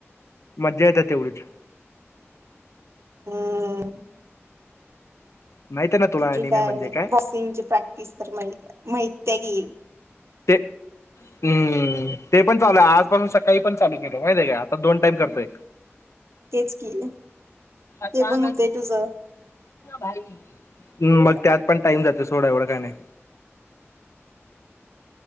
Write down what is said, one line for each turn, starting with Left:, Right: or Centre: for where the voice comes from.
Left: मज्जा येत्या तेवढीच. <inaudible>
Right: हम्म
Left: माहित आहे ना तुला
Right: तुझी
Left: अनिमे
Right: काय
Left: म्हणजे
Right: बॉक्सिंगची प्रॅक्टिस तर माहित आहे. माहिती हाय की.
Left: ते हम्म ते पण चालू आहे आजपासून सकाळी पण चालू केलं माहित आहे का, आता दोन टाइम करतोय.
Right: तेच की
Left: हा
Right: ते पण होतंय तुझं
Left: <unintelligible> ह मग त्यात पण टाइम जातोय सोड एवढं काय नाही.